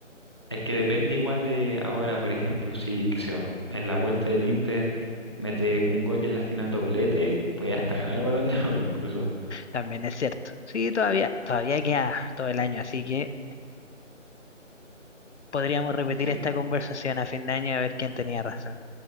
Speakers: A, on the left; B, on the left.
A: Es que depende igual de ahora, por ejemplo, si que se va en la vuelta del Inter mete un gol y en la final doblete, puede hasta ganar el Balón de Oro incluso.
B: También es cierto. Sí, todavía, todavía queda todo el año, así que podríamos repetir
A: Sí,
B: esta conversación a fin de año a ver quién tenía razón.